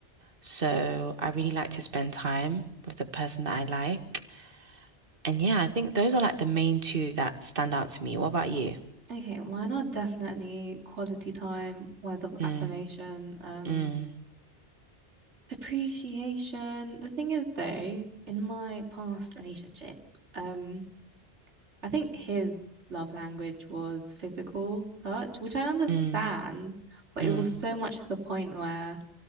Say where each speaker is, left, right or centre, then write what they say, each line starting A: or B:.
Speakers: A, on the right (about 55°); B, on the right (about 85°).
A: So, I really like to spend time with the person that I like. And yeah, I think those are like the main two that stand out to me. What about you?
B: Okay, mine are definitely quality time, words of
A: Mm,
B: affirmation, um,
A: mm,
B: appreciation. The thing is though, in my past relationship, um, I think his love language was physical touch, which I understand,
A: mm,
B: but
A: mm.
B: it was so much to the point where